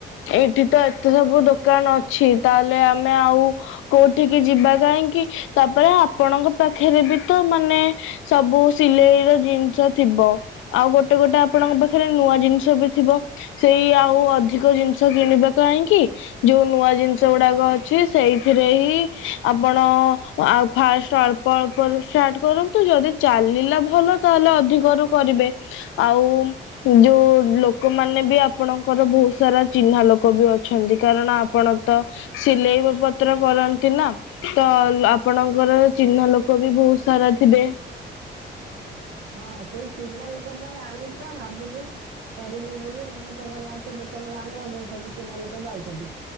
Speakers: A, on the left; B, on the right.
A: ଏଇଠି ତ ଏତେ ସବୁ ଦୋକାନ ଅଛି ତାହେଲେ ଆମେ ଆଉ, କୋଉଠିକି ଯିବା କାହିଁକି, ତାପରେ ଆପଣଙ୍କ ପାଖରେ ବି ତ ମାନେ ସବୁ ସିଲେଇ ର ଜିନିଷ ଥିବ ଆଉ ଗୋଟେ ଗୋଟେ ଆ ଆପଣଙ୍କ ପାଖରେ ନୂଆ ଜିନିଷ ବି ଥିବ ସେଇ ଆଉ ଅଧିକ ଜିନିଷ କିଣିବା କାହିଁକି। ଯୋଉ ନୂଆ ଜିନିଷ ଗୁଡାକ ଅଛି ସେଇଥିରେ ହିଁ ଆପଣ ଆଉ ଫାଷ୍ଟ ଅଳ୍ପ ଅଳ୍ପ ରୁ ଷ୍ଟାର୍ଟ କରନ୍ତୁ, ଯଦି ଚାଲିଲା ଭଲ ତାହେଲେ ଅଧିକରୁୁ କରିବେ ଆଉ, ଯୋଉ ଲୋକ ମାନେ ବି ଆପଣଙ୍କର ବହୁତ ସାରା ଚିହ୍ନା ଲୋକ ବି ଅ ଅଛନ୍ତି କାରଣ ଆପଣ ତ ସିଲେଇ ପତ୍ର କରନ୍ତି ନା। ତ ଆପଣଙ୍କର ଚିହ୍ନା ଲୋକ ବି ବହୁତ ସାରା ଥିବେ।
B: ହଁ ହଁ ସେଇ ଚିହ୍ନା ଲୋକ ପାଇଁ ଆଣିିବା ଭାବୁଛି। କରିବି ବୋଲି ମୁଁ ତ ଗଲା ସେ ଦୋକାନକୁ ଆଣିବାକୁ ସବୁ ଚିହ୍ନା ଲୋକ ଯାଉଛନ୍ତି।